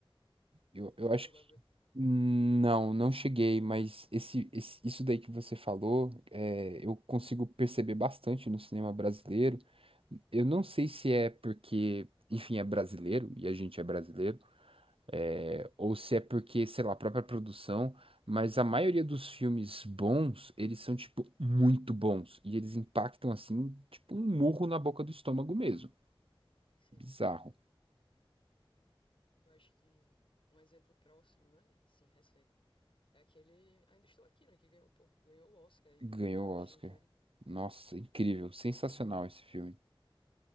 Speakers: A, on the right; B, on the left.
A: eu,
B: Você
A: eu acho
B: chegou
A: que.
B: a ver?
A: Não, não cheguei, mas esse, esse- isso daí que você falou, é, eu consigo perceber bastante no cinema brasileiro. Eu não sei se é porque, enfim, é brasileiro e a gente é brasileiro, é, ou se é porque, sei lá, a própria produção, mas a maioria dos filmes bons, eles são, tipo, muito bons. E eles impactam, assim, tipo um murro na boca do estômago mesmo.
B: Sim.
A: Bizarro.
B: Eu acho que um exemplo próximo, né? Sim, recente. É aquele Ainda Estou Aqui, né? Que ganhou, pô, ganhou o Oscar aí de
A: Ganhou
B: melhor filme
A: o
B: estrangeiro.
A: Oscar. Nossa, incrível. Sensacional esse filme.